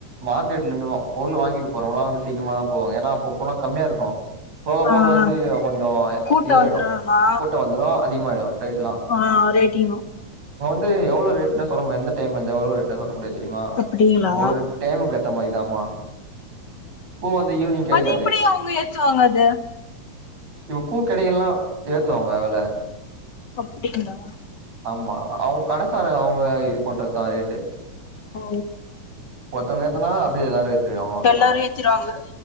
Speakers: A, on the right; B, on the left.
A: மார்க்கெட்ல இருந்து பொருள் வாங்கிட்டு போறவங்கல்லா வந்து சீக்கரமாதா போவாங்க ஏன்னா அப்ப போனா கம்மியா இருக்கு போக
B: ஆ
A: போக
B: ஆ
A: வந்து கொஞ்ச
B: கூட்ட
A: இதுவாயிடு
B: வந்துருனா
A: கூட்டோ வந்துரு அதிகமாயிடு ரேட்லா
B: ஆ ரேட்டிங்க
A: எவ்வளோ ரேட்னு சொல்ல எந்த டைம் வந்து எவ்ளோ ரேட்னு சொல்ல முடியாது தெரியுமா
B: அப்டிங்களா
A: ஒரு டைமு கட் அட்ட மாரிதாமா பூ வந்து ஈவினிங் கெடைக்காது
B: அது எப்படி அவங்க ஏத்துவாங்க அத
A: இப்ப பூக்கடைகலா ஏத்துவாங்க வெல
B: அப்டிங்களா
A: ஆமா அவங்க கடக்கார அவங்க இது பண்றதா ரேட்டு
B: ஓ
A: ஒருத்தவங்க ஏத்துனா அப்டியே எல்லாரு ஏத் த்திருவாங்க அவ்ளோதா
B: எல்லாரு ஏத்திருவாங்க